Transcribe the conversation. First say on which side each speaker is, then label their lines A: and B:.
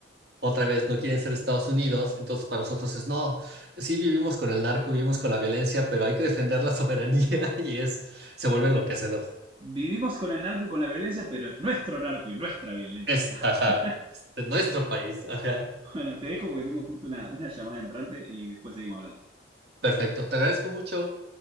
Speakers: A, on the right (about 55°); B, on the right (about 25°).
A: Otra vez, no quieren ser Estados Unidos. Entonces, para nosotros es no. Sí, vivimos con el narco, vivimos con la violencia, pero hay que defender la soberanía <laughs> y es, se vuelve enloquecedor.
B: Vivimos con el narco y con la violencia, pero es nuestro narco y nuestra violencia,
A: Es,
B: ¿no? <laughs>
A: ajá, de nuestro país, ajá.
B: Bueno, te dejo porque tengo justo una, una llamada entrante y después seguimos hablando.
A: Perfecto, te agradezco mucho.